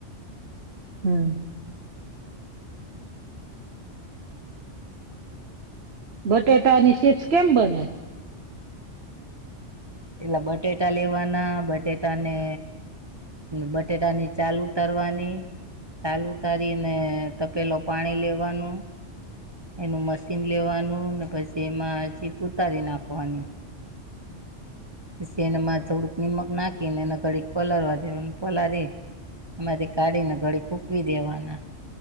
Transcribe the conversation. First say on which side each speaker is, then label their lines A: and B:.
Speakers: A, on the right; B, on the right.
A: હા. બટેાટા અને ચીપ્સ કેમ બને.
B: એટલા બટેટા લેવાના બટેટા ને ને બટેટાની ચાલ ઉતરવાની, ચાલ ઉતારીને તપેલો પાણી લેવાનું. એનું મશીન લેવાનું ને પછી એમાં ચિપ ઉતારી નાખવાની. પછી એને મા થોડુંક નીમક નાખીને એને કડીક પલળવા દેવા પલળી. એમાંથી કાઢીને ઘડી ફૂકવી દેવાના